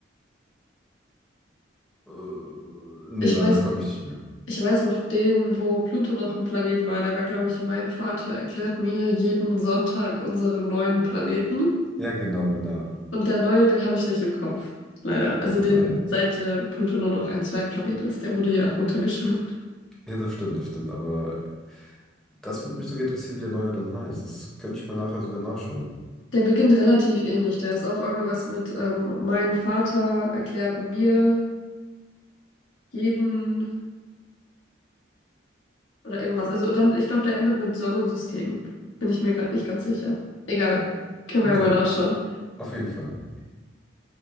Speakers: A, in the centre; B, on the left.
A: Äh, nee,
B: Ich
A: weiter
B: weiß,
A: komme ich nicht mehr.
B: ich weiß noch den, wo Pluto noch ein Planet war. Der war, glaube ich, mein Vater erklärt mir jeden Sonntag unsere neuen Planeten.
A: Ja, genau, genau.
B: Und der neue, den habe ich nicht im Kopf. Leider. Also
A: Der
B: den,
A: Neue?
B: seit äh, Pluto nur noch ein Zwergplanet ist. Der wurde ja runtergestuft.
A: Ja, das stimmt, das stimmt. Aber das würde mich sogar interessieren, wie der Neue dann heißt. Das könnte ich mal nachher sogar nachschauen.
B: Der beginnt relativ ähnlich. Der ist auch irgendwas mit ähm, mein Vater erklärt mir jeden oder irgendwas. Also dann, ich glaube, der endet mit Sonnensystem. Bin ich mir gerade nicht ganz sicher. Egal. Können wir
A: Okay,
B: ja mal nachschauen.
A: auf jeden Fall.